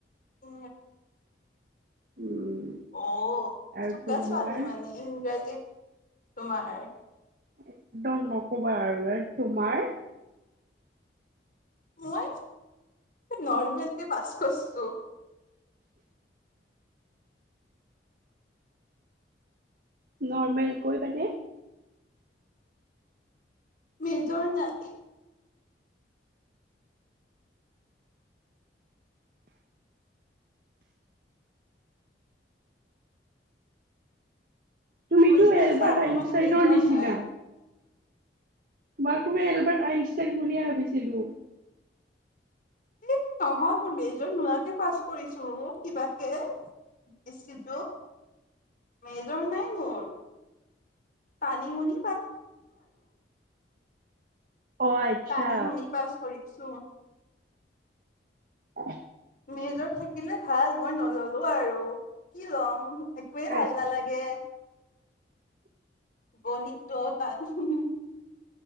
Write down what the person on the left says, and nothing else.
উ
অ অ
চুকাছোৱালী
মানে ইংৰাজীত। তোমাৰ?
মই নৰ্মেল কে পাছ কৰিছো।
মেজৰ নাই
বুজি পাইছা
মোৰ
মানে মেজৰ
নাই
এ নহয় মোৰ মেজৰ নোৱাকে পাছ কৰিছো কিবাকে বে মেজৰ নাই মোৰ টানি মুনী
টানি শুনি পাছ কৰিছো
মেজৰ থাকিলে ভাল মই নললো। হ আৰু কি ল'ম একোৱেই
ভাল নালাগে গণিতটো <unintelligible>